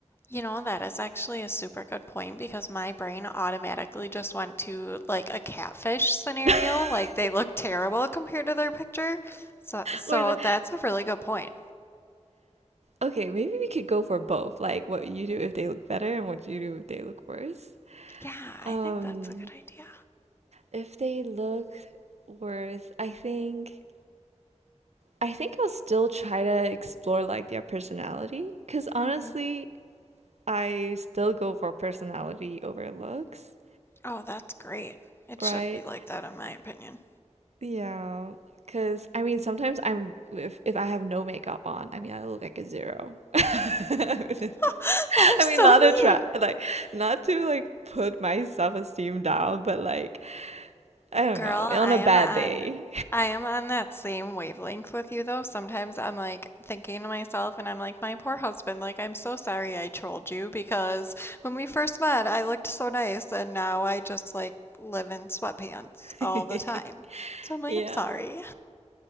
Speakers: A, on the left; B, on the right.
A: You know, that is actually a super good point because my brain automatically just went to like a catfish scenario,
B: <laughs>
A: like they look terrible compared to their picture. So so
B: Or the,
A: that's a really good point.
B: okay, maybe we could go for both. Like, what you do if they look better, and what you do if they look worse.
A: Yeah, I
B: Um,
A: think that's a good idea.
B: if they look worse, I think I think I'll still try to explore like their personality. Because honestly,
A: hmm
B: I still go for personality over looks,
A: Oh, that's great. It
B: right?
A: should be like that in my opinion.
B: Yeah, because I mean, sometimes I'm if if I have no makeup on, I mean, I look like a zero. <laughs> I
A: <gasps> <laughs> That is so
B: mean, not
A: mean.
B: a try, like not to like put my self-esteem down, but like I don't
A: Girl,
B: know, on
A: I
B: a
A: am
B: bad
A: on
B: day.
A: I am on that same wavelength with you though. Sometimes I'm like thinking to myself and I'm like, my poor husband, like I'm so sorry I trolled you because when we first met, I looked so nice and now I just like live in sweatpants
B: <laughs>
A: all the time. So I'm like,
B: Yeah.
A: I'm sorry.